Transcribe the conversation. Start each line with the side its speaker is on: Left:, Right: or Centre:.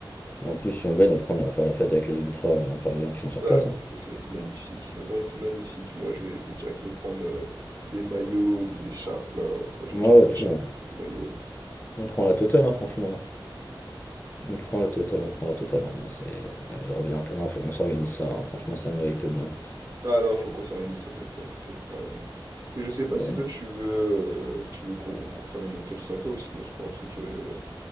Left: Et en plus, si on gagne, après, on ira faire la fête avec les ultras euh, parisiens qui sont sur
Right: Ah,
Left: place.
Right: mais
Left: Hein.
Right: c'est- ça va être magnifique, ça va être magnifique. Moi, je vais, je vais direct me prendre euh, des maillots, des écharpes, là. Enfin, j'ai déjà
Left: Ah
Right: les
Left: ouais, tout,
Right: écharpes,
Left: on,
Right: les maillots.
Left: on prend la totale, hein, franchement, non. On prend la totale, on prend la totale. Ah non, c'est. ah, je reviens un peu, non, faut qu'on s'organise ça. hein. Franchement, ça me hype bien.
Right: Ah non, faut qu'on s'organise, ça, t'as t'as- t'as- t'as raison. ouais. Mais je sais pas si
Left: Ouais. non.
Right: toi, tu veux, euh, tu veux qu'on qu'on prenne un hôtel sympa ou sinon on se prend un truc... euh,